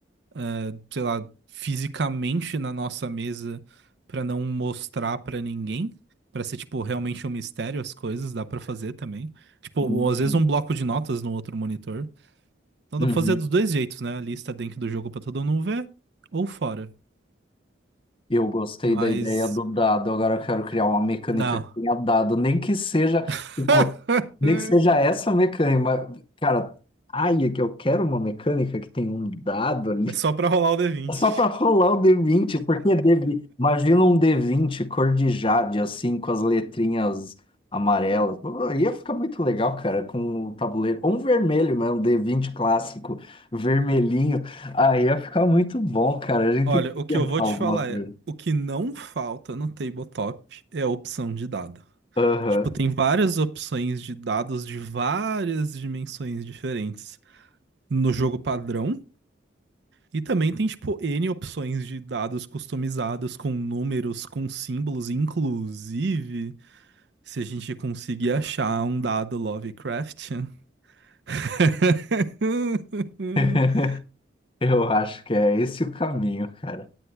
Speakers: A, on the right; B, on the left.
A: eh, sei lá, fisicamente na nossa mesa pra não mostrar pra ninguém, pra ser tipo realmente um mistério as coisas, dá pra fazer também. Tipo, ou
B: Uhum.
A: às vezes um bloco de notas no outro monitor. Então
B: Uhum.
A: dá pra fazer dos dois jeitos, né? A lista dentro do jogo pra todo mundo ver ou fora.
B: Eu gostei
A: Mas
B: da ideia do dado. Agora eu quero criar uma mecânica
A: não.
B: que tenha dado, nem que seja,
A: <laughs>
B: tipo, nem que seja essa mecânica, mas, cara, ai, é que eu quero uma mecânica que tenha um dado
A: É só pra rolar o d vinte.
B: É Só pra rolar o D20, porque D20, imagina um D20 cor de jade, assim, com as letrinhas amarelas. Pô, Ia ficar muito legal, cara, com o tabuleiro. Ou um vermelho mesmo, D20 clássico, vermelhinho. Aí ia ficar muito bom, cara. A gente
A: Olha,
B: tem que
A: o que
B: inventar
A: eu vou te
B: alguma
A: falar
B: coisa.
A: é, o que não falta no tabletop é a opção de dado.
B: Aham.
A: Tipo, tem várias opções de dados de várias dimensões diferentes no jogo padrão. E também tem, tipo, N opções de dados customizados com números, com símbolos, inclusive, se a gente conseguir achar um dado Lovecraftian. <laughs>
B: <laughs> Eu acho que é esse o caminho, cara.